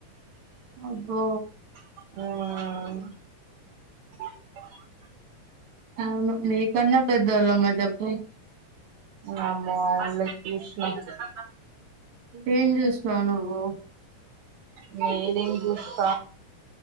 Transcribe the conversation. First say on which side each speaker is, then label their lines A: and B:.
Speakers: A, on the right; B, on the right.
A: అబ్బో
B: ఆ
A: అవును మీకన్నా పెద్దోళ్ళు ఎవరున్నారు చెప్పు
B: ఆ వాళ్ళకి మంచి <inaudible>
A: ఏం చూసినవ్ నువ్ ఓ
B: నేనేం త